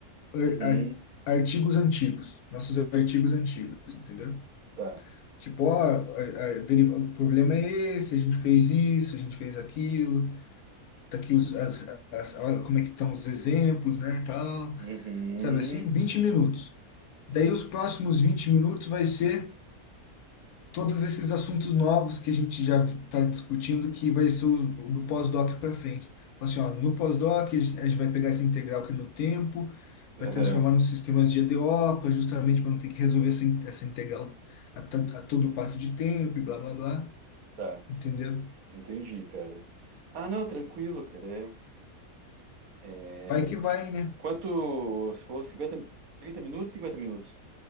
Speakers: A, on the left; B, on the right.
A: ar-
B: Uhum,
A: ar- artigos antigos, nossos artigos antigos, entendeu?
B: tá.
A: Tipo, ó, a- a- deriva- o problema é esse, a gente fez isso, a gente fez aquilo, tá aqui os, as, as- olha como é que estão os exemplos, né, e tal,
B: Uhum,
A: sabe assim? vinte minutos. Daí os próximos 20 minutos vai ser todos esses assuntos novos que a gente já está discutindo, que vai ser o, do pós-doc para frente. Fala Assim, ó, no pós-doc, a gente a gente vai pegar essa integral aqui no tempo, vai
B: aham,
A: transformar num sistemas de EDO, pra- justamente para não ter que resolver essa, in- essa integral a, ta- a todo passo de tempo e blá, blá, blá
B: tá.
A: entendeu?
B: Entendi, cara. Ah, não, tranquilo, cara. É. É,
A: Vai que
B: você-
A: vai, né?
B: quanto. Você falou 50 30 minutos, cinquenta minutos.